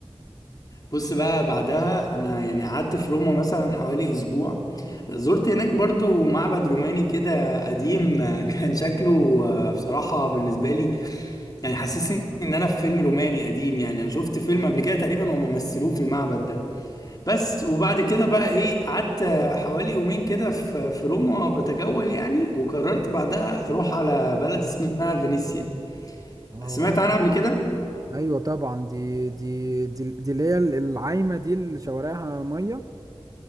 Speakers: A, on the left; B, on the right.
A: بص بقى بعدها انا يعني قعدت في روما مثلا حوالي اسبوع زرت هناك برضو معبد روماني كده قديم <laughs> آه، كان شكله آه، بصراحة بالنسبة لي يعني حسسني ان انا في فيلم روماني قديم يعني انا شفت فيلم قبل كده تقريبا هم مثلوه في المعبد ده بس وبعد كده بقى ايه قعدت آه، حوالي يومين كده في في روما بتجول يعني وقررت بعدها اروح على بلد اسمها فينيسيا
B: اه
A: سمعت عنها قبل كده
B: ايوه طبعا دي دي دي, دي اللي هي العايمه دي اللي شوارعها ميه